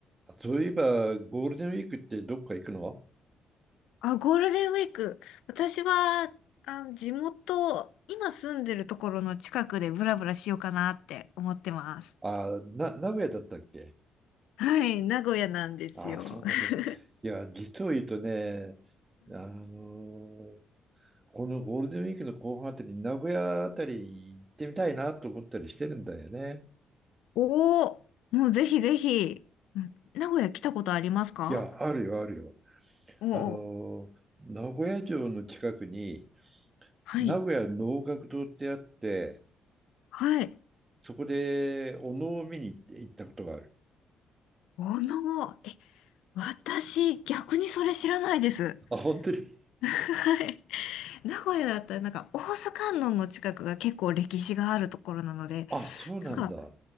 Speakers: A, on the right; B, on the left.
A: あそういえば、ゴールデンウィークってどっか行くの
B: あ、ゴールデンウィーク。私は、あ、地元、今住んでるところの近くでブラブラしようかなって思ってます。
A: あ、な、名古屋だったっけ
B: はい、名古屋なんですよ。
A: あ、そうか、そう。
B: <laughs>
A: いや、実を言うとね、あのーこのゴールデンウィークの後半あたり、名古屋あたり行ってみたいなと思ったりしてるんだよね。
B: おお、もうぜひぜひ。うん名古屋来たことありますか
A: いや、あるよ、あるよ。
B: おお、
A: あのー名古屋城の近くに、
B: はい、
A: 名古屋能楽堂ってあって、
B: はい。
A: そこでお能を見に行って行ったことがある。
B: おの、え、私、逆にそれ知らないです。
A: あ、本当に。
B: はい。名古屋だったらなんか大須観音の近くが結構歴史があるところなので、
A: あ、そうなんだ。
B: なんか